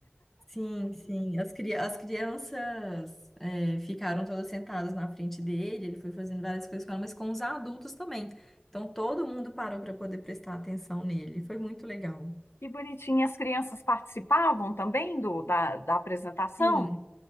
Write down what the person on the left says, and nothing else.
Que bonitinho. As crianças participavam também do, da, da apresentação?